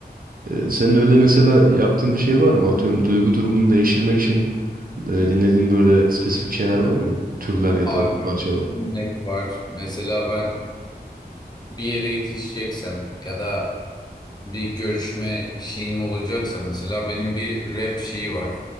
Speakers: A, on the right (about 60°); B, on the left (about 25°).
A: Ee, senin öyle mesela yaptığın bir şey var mı? Atıyorum duygu durumunu değiştirmek için e, dinlediğin böyle spesifik şeyler var mı? Türler ya
B: Abi
A: da parçalar.
B: net var. Mesela ben bir yere yetişeceksem ya da bir görüşme bir şeyim olacaksa mesela benim bir rap şeyi var.